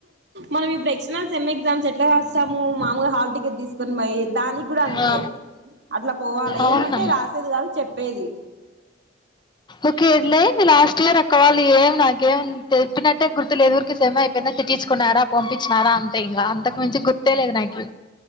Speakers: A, on the right; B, on the left.
A: మనం ఇప్పుడు ఎక్ సెమ్ ఎగ్జామ్స్ ఎట్లా కాస్తాము మామూలు హాల్ టికెట్ తీసుకొని పోయి దానికి కూడా అంతే
B: ఆ!
A: అట్లా పోవాలి
B: అవునా?
A: ఏమంటే రాసేది కాదు చెప్పేది
B: ఓకే ఇదిలే లాస్ట్ ఇయర్ అక్క వాళ్ళు ఏం నాకేం తెలిప్పినట్టే గుర్తు లేదుఊరికి సమ అయిపోయిన తీసుకున్నారా పంపించినన్నారా అంతే ఇంకా అంతకు మించి గుర్తేలేదు నాకి